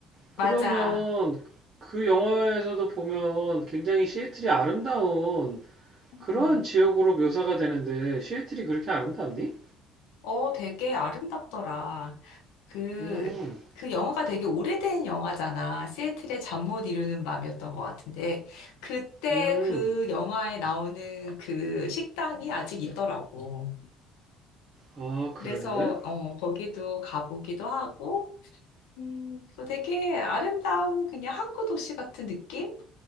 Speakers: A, on the right; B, on the left.
A: 그러면
B: 맞아.
A: 그 영화에서도 보면 굉장히 시애틀이 아름다운 그러한
B: 음.
A: 지역으로 묘사가 되는데 시애틀이 그렇게 아름답니?
B: 어, 되게 아름답더라. 그,
A: 음,
B: 그 영화가 되게 오래된 영화잖아. 시애틀의 잠 못 이루는 밤이었던 것 같은데, 그때
A: 음,
B: 그 영화에 나오는 그 식당이 아직 있더라고.
A: 아, 그래?
B: 그래서, 어, 거기도 가보기도 하고, 음, 그 되게 아름다운 그냥 항구 도시 같은 느낌?